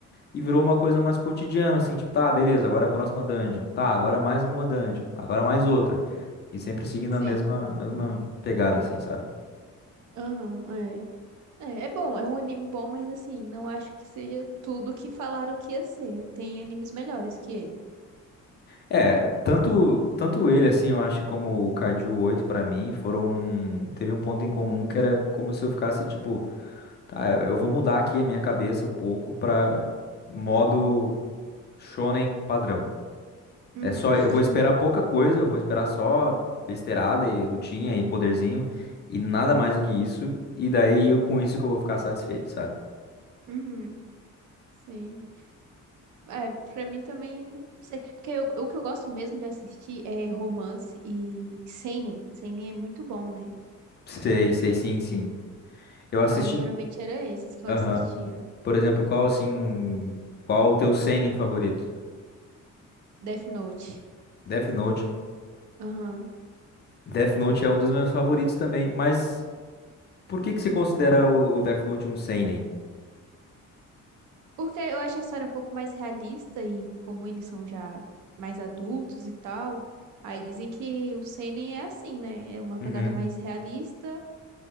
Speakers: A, on the left; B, on the right.
A: e virou uma coisa mais cotidiana, assim, tipo, tá, beleza, agora é a próxima dungeon. Tá, agora é mais uma dungeon, agora é mais outra. E sempre seguindo
B: Sim.
A: a mesma mesma pegada assim, sabe?
B: Aham, é. É, é bom, é um anime bom, mas assim, não acho que seja tudo que falaram que ia ser. Tem animes melhores que ele.
A: É, tanto, tanto ele, assim, eu acho, como o Caju 8 pra mim, foram. Teve um ponto em comum que era como se eu ficasse, tipo, tá, eu eu vou mudar aqui a minha cabeça um pouco pra modo shonen padrão.
B: Uhum,
A: É só, eu
B: <laughs>
A: vou esperar pouca coisa, eu vou esperar só besteirada e lutinha e poderzinho e nada mais do que isso, e daí eu- com isso que eu vou ficar satisfeito, sabe?
B: uhum. Sim. É, pra mim também, não sei. Porque eu- o que eu gosto mesmo de assistir é romance e seinen. Seinen é muito bom, né?
A: Sei, sei, sim, sim. Eu assisti.
B: Aí geralmente era esses que eu
A: Aham.
B: assistia.
A: Por exemplo, qual, assim, um- qual o teu seinen favorito?
B: Death Note.
A: Death Note
B: Aham.
A: Death Note é um dos meus favoritos também, mas por que que você considera o, o Death Note um seinen?
B: Porque eu acho a história um pouco mais realista e como eles são já mais adultos e tal, aí dizem que o seinen é assim, né? É uma
A: Uhum,
B: pegada mais realista,